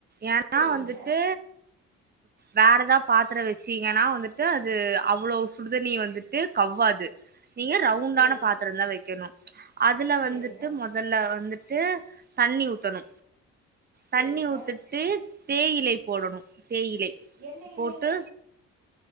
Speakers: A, on the right; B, on the right.
A: ஏன்னா
B: சேரிங்க
A: வந்துட்டு வேற ஏதாவ பாத்திர வெச்சீங்கன்னா வந்துட்டு அது அவ்வளோ சுடுதண்ணி வந்துட்டு கவ்வாது நீங்க ரவுண்டான
B: சேரிங்க
A: பாத்திரந்தா வெக்கணு அதுல
B: சேரிங்க
A: வந்துட் மொதல்ல வந்துட்டு தண்ணி ஊத்தணு
B: சேரிங்க
A: தண்ணி ஊத்துட்டு தேயிலை போடணு தேயிலை
B: எண்ணெ
A: போட்டு
B: இல்லைங்க